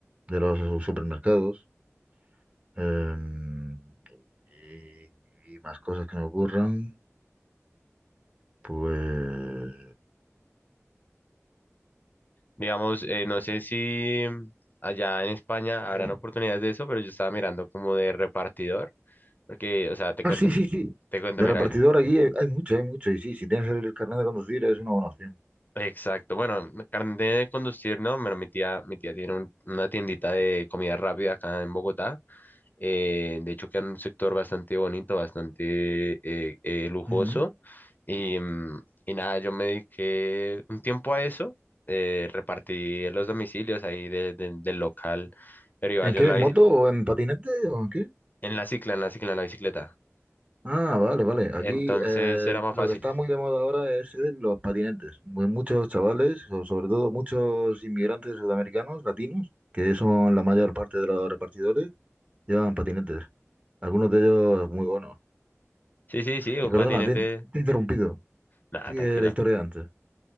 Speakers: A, on the right (about 25°); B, on the left (about 35°).
A: de los supermercados. Em, y, y más cosas que me ocurran, pues...
B: Digamos, eh, no sé si allá en España
A: bien.
B: habrán oportunidades
A: <laughs>
B: de eso, pero yo estaba mirando como de repartidor, porque, o sea, te
A: Ah,
B: cuento,
A: sí, sí, sí.
B: te cuento,
A: De
B: mira,
A: repartidor aquí hay, hay mucho, hay mucho. Y sí, si tienes el carnet de conducir es una buena opción.
B: exacto, bueno, carnet de conducir, ¿no? pero mi tía, mi tía tiene un- una tiendita de comida rápida acá en Bogotá. Eh, de hecho, queda en un sector bastante bonito, bastante eh, eh, lujoso.
A: Ujú.
B: Y, mm, y nada, yo me dediqué un tiempo a eso. eh, repartí los domicilios ahí de- de- del local, pero iba
A: ¿En
B: yo
A: qué?
B: en la,
A: ¿En moto
B: bici-
A: o en patinete o en qué?
B: en la cicla, en la cicla, en la bicicleta.
A: Ah, vale, vale. Aquí
B: Entonces
A: eh,
B: era más
A: lo
B: fácil.
A: que está muy de moda ahora es eh, los patinetes. Muy- muchos chavales, o sobre todo muchos inmigrantes sudamericanos, latinos, que son la mayor parte de los repartidores, llevan patinetes. Algunos de ellos muy buenos.
B: Sí, sí, sí, un
A: Y perdona,
B: patinete.
A: te, he in- te he interrumpido.
B: Nada,
A: Sigue
B: tranquilo.
A: la historia de antes.